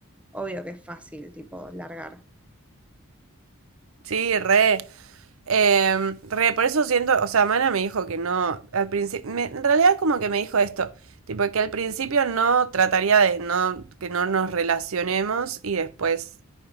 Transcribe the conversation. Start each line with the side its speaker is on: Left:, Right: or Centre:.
Centre: obvio que es fácil, tipo, largar.
Right: sí, re. Eh, re, por eso siento, o sea, Mana me dijo que no, al principio, en realidad como que me dijo esto, tipo que al principio no trataría de no, que no nos relacionemos y después